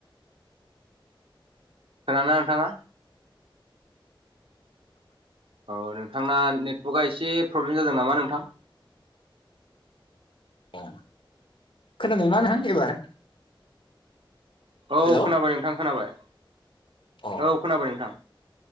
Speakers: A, on the right; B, on the left.
A: खोनादों ना नोंथाङा औ नोंथांना नेटवर्कआ एसे प्रब्लेम जादों नामा नोंथां
B: अ खोनादोंना नोंथां एबार
A: औ
B: हेल'
A: खोनाबाय नोंथां खोनाबाय
B: अ
A: औ खोनाबाय नोंथां